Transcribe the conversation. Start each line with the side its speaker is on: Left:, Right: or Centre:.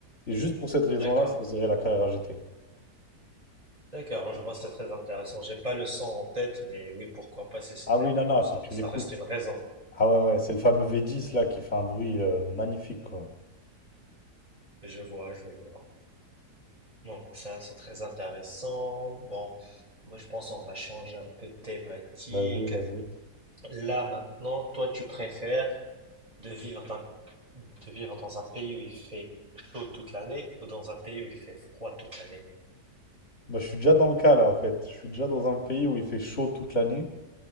Left: Et juste pour cette raison-là,
Right: d'accord.
Left: je choisirais la carrière GT.
Right: D'accord, je vois, c'est très intéressant. J'ai pas le son en tête, mais oui, pourquoi pas si c'était
Left: Ah oui,
Right: vraiment
Left: non, non,
Right: ça.
Left: faut que tu
Right: Ça
Left: l'écoutes.
Right: reste une raison.
Left: Ah ouais, ouais, c'est le fameux V10 là qui fait un bruit euh, magnifique, quoi.
Right: Je vois, je vois. Non, ça c'est très intéressant. Bon, moi je pense on va changer un peu de thématique.
Left: Vas-y, vas-y.
Right: Là maintenant, toi tu préfères de vivre dans, de vivre dans un pays où il fait chaud toute l'année ou dans un pays où il fait froid toute l'année?
Left: Bah, je suis déjà dans le cas là, en fait. Je suis déjà dans un pays où il fait chaud toute l'année.